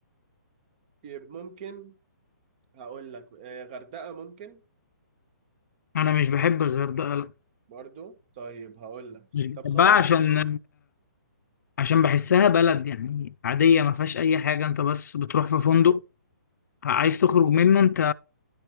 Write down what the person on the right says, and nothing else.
طيب ممكن هقول لك آه، غردقة ممكن
برضو طيب هقول لك
طب خلاص